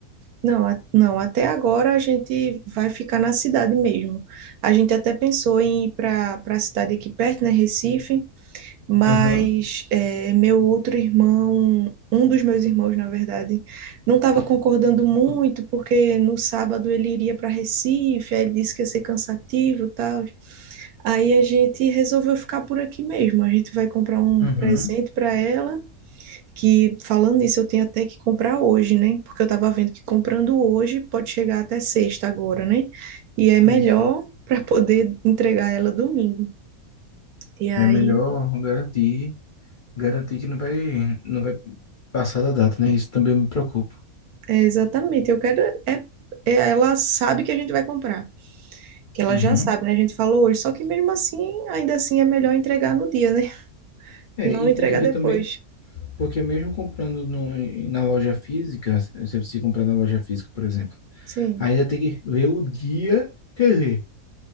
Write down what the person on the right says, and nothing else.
Não, a- não, até agora a gente vai ficar na cidade mesmo. A gente até pensou em ir para para a cidade aqui perto, né, Recife, mas
é, meu outro irmão, um dos meus irmãos, na verdade, não estava concordando muito, porque no sábado ele iria para Recife, aí ele disse que ia ser cansativo e tal. Aí a gente resolveu ficar por aqui mesmo. A gente vai comprar um
presente para ela, que falando nisso, eu tenho até que comprar hoje, né? Porque eu estava vendo que comprando hoje pode chegar até sexta agora, né? E é melhor
para poder entregar ela domingo. E aí
É, exatamente. Eu quero. É, é- ela sabe que a gente vai comprar. Que ela
já sabe, né? A gente falou hoje. Só que mesmo assim, ainda assim é melhor entregar no dia, né? <laughs>
Não
entregar
depois.
Sim.